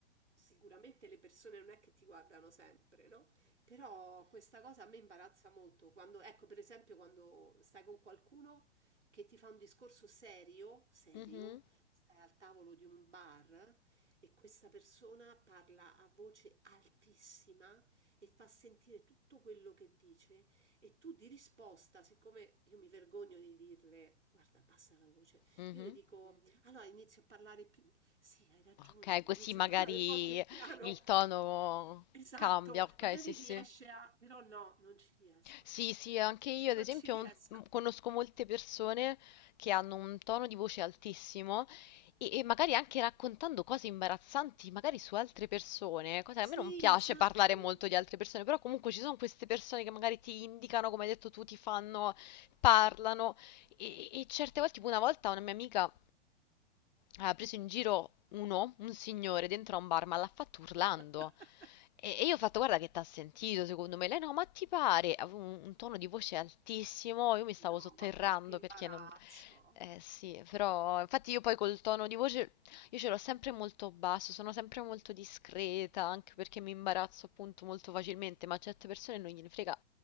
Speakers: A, on the right; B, on the left.
A: sicuramente le persone non è che ti guardano sempre, no? Però questa cosa a me imbarazza molto. Quando, ecco, per esempio, quando stai con qualcuno che ti fa un discorso serio, serio,
B: Mhm.
A: stai al tavolo di un bar e questa persona parla a voce altissima e fa sentire tutto quello che dice e tu di risposta, siccome io mi vergogno di dirle, guarda, basta la voce,
B: Mhm.
A: io le dico, Mm. allora inizio a parlare più... Sì, hai ragione,
B: Ok,
A: inizio
B: così magari
A: a parlare un po' più piano.
B: il tono
A: Esatto,
B: cambia. Ok,
A: magari
B: sì, sì.
A: riesce a... però no, non ci riesco.
B: Sì, sì, anche io ad
A: Non
B: esempio
A: ci riesco.
B: un- m- conosco molte persone che hanno un tono di voce altissimo e, e magari anche raccontando cose imbarazzanti, magari su altre persone, cosa che a
A: Sì,
B: me non piace
A: esatto.
B: parlare molto di altre persone, però comunque ci sono queste persone che magari ti indicano, come hai detto tu, ti fanno, parlano e, e certe volte, tipo una volta una mia amica ha preso in giro uno, un signore, dentro a un bar, ma l'ha fatto urlando.
A: <laughs>
B: E e io ho fatto, guarda che t'ha sentito, secondo me. Lei no, ma ti pare? Avevo un, un tono di voce altissimo, io mi stavo
A: No,
B: sotterrando
A: vabbè, che imbarazzo.
B: perché non... Eh sì, però infatti io poi col tono di voce, io ce l'ho sempre molto basso, sono sempre molto discreta, anche perché mi imbarazzo appunto molto facilmente, ma a certe persone non gliene frega